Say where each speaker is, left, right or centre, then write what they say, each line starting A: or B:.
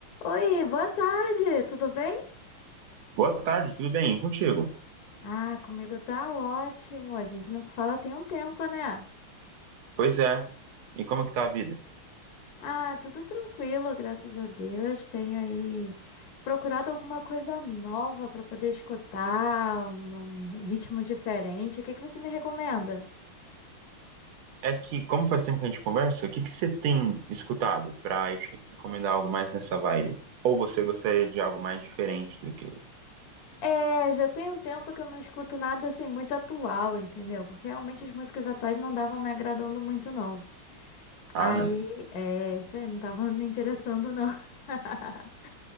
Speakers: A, on the left (about 60°); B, on the right (about 75°).
A: Oi, boa tarde, tudo bem?
B: Boa tarde, tudo bem? E contigo?
A: Ah, comigo tá ótimo. A gente não se fala tem um tempo, né?
B: Pois é. E como é que tá a vida?
A: Ah, tudo tranquilo, graças a Deus. Tenho aí procurado alguma coisa nova pra poder escutar, um um ritmo diferente. O que que você me recomenda?
B: É que, como faz tempo que a gente conversa, o que que você tem escutado pra eu te recomendar algo mais nessa vibe? Ou você gostaria de algo mais diferente do que...
A: É, já tem um tempo que eu não escuto nada assim muito atual, entendeu? Porque realmente as músicas atuais não davam me agradando muito, não.
B: Ah,
A: Aí,
B: não.
A: é, isso aí não tava me interessando, não. <laughs>